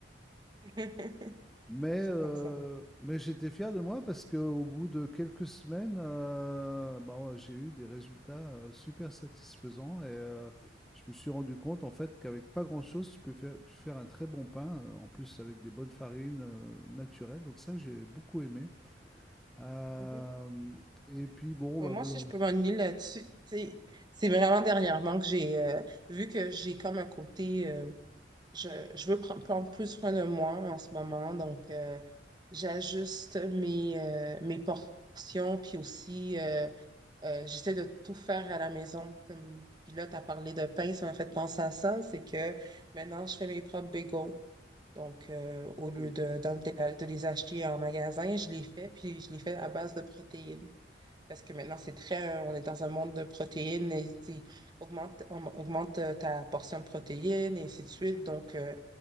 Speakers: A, on the right; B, in the centre.
A: <laughs>
B: Mais,
A: Toujours
B: ok. euh,
A: comme ça.
B: mais j'étais fier de moi parce qu'au bout de quelques semaines, euh, bah, ouais, j'ai eu des résultats euh, super satisfaisants et euh, je me suis rendu compte en fait qu'avec pas grand-chose, tu peux faire, faire un très bon pain, euh, en plus avec des bonnes farines euh, naturelles. Donc ça, j'ai beaucoup aimé. Euh,
A: Mhm.
B: et puis bon,
A: Mais
B: bah,
A: moi
B: voilà.
A: aussi, je peux m'ennuyer là-dessus. Tu sais, C'est vraiment dernièrement que j'ai euh, vu que j'ai comme un côté. euh, Je, je veux pre- prendre plus soin de moi en ce moment, donc euh, j'ajuste mes, euh, mes portions, puis aussi euh, euh, j'essaie de tout faire à la maison. Comme, puis là, tu as parlé de pain, ça m'a fait penser à ça, c'est que maintenant je fais mes propres bagels. Donc, euh, au
B: Oh.
A: lieu de, dans- de, de les acheter en magasin, je les fais, puis je les fais à base de protéines. Parce que maintenant, c'est très, on est dans un monde de protéines, et, tu sais, augmente, on- augmente euh, ta portion de protéines, et ainsi de suite. Donc, euh,